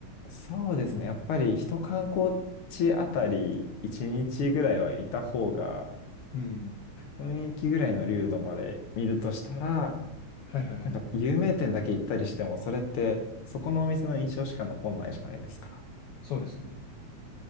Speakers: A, on the left; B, on the left.
A: そうですね。やっぱり一観光地あたり1日ぐらいはいた方が
B: うん。
A: 雰囲気ぐらいの流度まで見るとしたら、
B: はいはいはい。
A: なんか有名店だけ行ったりしてもそれってそこのお店の印象しか残んないじゃないですか。
B: そうですね。